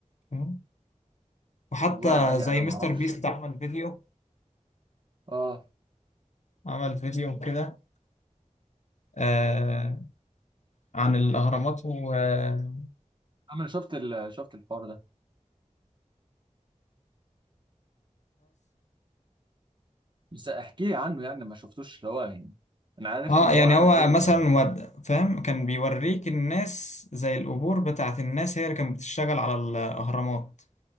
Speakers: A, on the left; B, on the right.
A: فاهم؟ وحتى
B: والله يا علي
A: زي
B: انا
A: مستر
B: ما اعرفش
A: بيست عمل فيديو
B: اه
A: عمل فيديو كده آه عن الأهرامات وبس
B: انا شفت ال... شفت الحوار ده بس احكي لي عنه يعني ما شفتوش اللي هو يعني انا عرفت
A: اه
B: ان
A: يعني
B: هو عمل
A: هو
B: فيديو
A: مثلا
B: عن
A: ود- فاهم كان بيوريك الناس زي القبور بتاعت الناس هي اللي كانت بتشتغل على الأهرامات